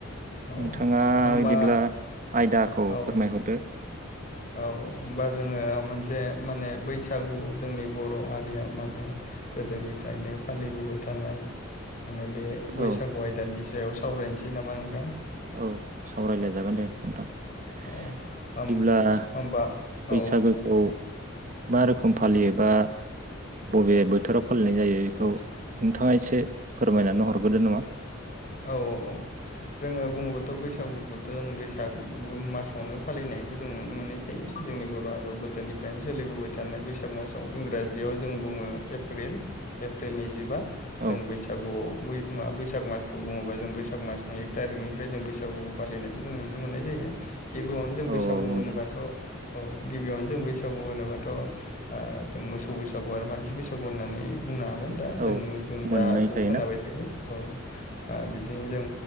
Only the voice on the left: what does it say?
औ
होमबा
औ
औ होमबा जोङो मोनसे माने बैसागु जोंनि बर' हारिया माने गोदोनिफ्रायनो फालिबोबाय थानाय माने बे बैसागु
आयदानि सायाव सावरायनोसै नामा नोंथां?
औ होम
होमबा
औ
औ -औ -औ। जोङो बुङोबो बैसागुखौथ' बैसागु मासावनो फालिनायखौ जों नुनो मोननाय जायो। जोंनि बर' हारियाव गोदोनिफ्रायनो सोलिबोबाय थानाय बैसाग मासाव इंराजियाव जों बुङो एप्रिल एप्रिलनिजिबा। जों
बैसागुआव बैसाग मास बुङोबा जों बैसाग मासनि एक थारिखनिफ्राय जों बैसागु फालिनायखौ जों नुनो मोननाय जायो। गिबियावनो जों बैसागु
होनोबाथ' औ गिबियावनो जों बैसागु होनोबाथ' जों मोसौ बैसागु आरो मानसि बैसागु होननानै बुंनो हागोन। दा
जों जों
जाखौ
खोनाबाय थायो। औ ओ बिदिनो जों